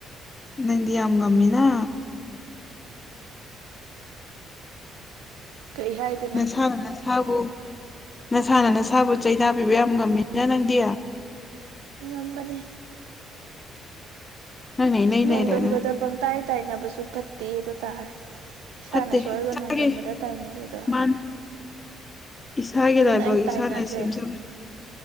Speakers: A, on the left; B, on the right.
A: ꯅꯪꯗꯤ ꯌꯥꯝ ꯉꯝꯃꯤꯅ
B: ꯀꯩ ꯍꯥꯏꯅꯣ
A: ꯅꯁꯥꯅ ꯅꯁꯥꯕꯨ ꯅꯁꯥꯅ ꯅꯁꯥꯕꯨ ꯆꯩ ꯇꯕꯤꯕ ꯌꯥꯝ ꯉꯝꯃꯤꯅ ꯅꯪꯗꯤ
B: ꯉꯝꯕꯅꯦ
A: ꯅꯪꯅ ꯏꯅꯩ
B: ꯅꯣꯡꯗꯝꯕꯗ
A: ꯅꯩꯔꯦꯅ
B: ꯄꯪꯇꯥꯏ ꯇꯥꯏꯅꯕꯁꯨ ꯐꯠꯇꯦ ꯗꯣ ꯇꯥꯔꯦ ꯏꯁꯥꯅ
A: ꯐꯠꯇꯦ
B: ꯁꯣꯏꯔꯒ
A: ꯏꯁꯥꯒꯤ
B: ꯅꯣꯡꯗꯝꯕꯗ ꯇꯥꯏꯅꯩꯌꯦꯗꯣ
A: ꯃꯥꯅ ꯏꯁꯥꯒꯤ
B: ꯑꯗꯨꯅ
A: ꯂꯥꯏꯕꯛ
B: ꯑꯩ
A: ꯏꯁꯥꯅ
B: ꯇꯥꯏꯅꯗ꯭ꯔꯦ
A: ꯁꯦꯝꯖꯕꯅꯤ